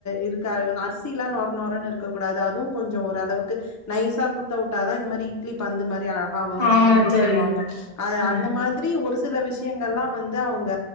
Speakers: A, on the left (about 25°); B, on the left (about 65°).
A: இதுக்கு அரைக்கும் அரிசில்லா நொர நொரன்னு இருக்க கூடாது அதுவும் கொஞ்சம் ஓரளவுக்கு நைசா சுத்த விட்டாதா இந்த மாரி இட்லி பந்து மாரி ஆ ஆ வரும்
B: ஆமா
A: அப்டின்னு
B: தோழி
A: சொல்லுவாங்க அது
B: ம்
A: அந்த மாதிரி ஒரு சில விஷயங்கல்லா வந்து அவங்க